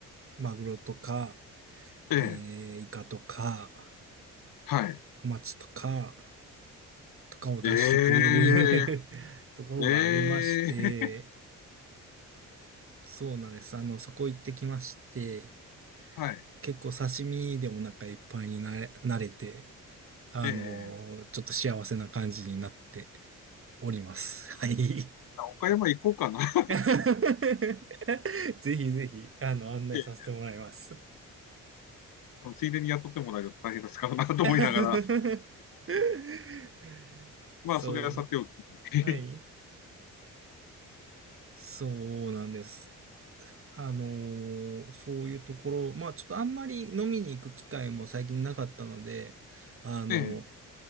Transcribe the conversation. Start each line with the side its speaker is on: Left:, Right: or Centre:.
Right: マグロとか、
Left: ええ、
Right: えー、イカとか、
Left: はい。
Right: ハマチとか、とかを出してくれる
Left: ええ、
Right: <laughs> ところがありまして、
Left: ええ、
Right: そうなんです。あの、そこ行ってきまして、
Left: はい。
Right: 結構刺身でお腹いっぱいになれ、なれて、あの、
Left: ええ、
Right: ちょっと幸せな感じになっております。はい。
Left: 岡山行こうかな。<laughs>
Right: <laughs> ぜひぜひ、あの、案内させてもらいます。
Left: ええ、あのついでに雇ってもらえると大変ですからなと思いながら。
Right: <laughs> そ
Left: まあ、それはさておき。<laughs>
Right: う。はい。そうなんです。あのーそういうところ、まあちょっとあんまり飲みに行く機会も最近なかったので、あの
Left: ええ、